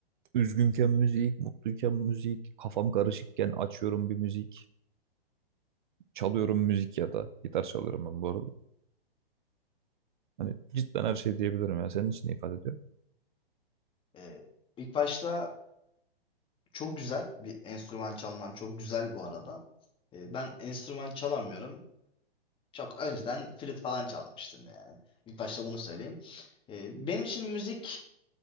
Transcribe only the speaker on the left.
Ee, ilk başta çok güzel bir enstrüman çalman. Çok güzel bu arada. Ee, ben enstrüman çalamıyorum. Çok önceden flüt falan çalmıştım yani. İlk başta bunu söyleyeyim. Ee, benim için müzik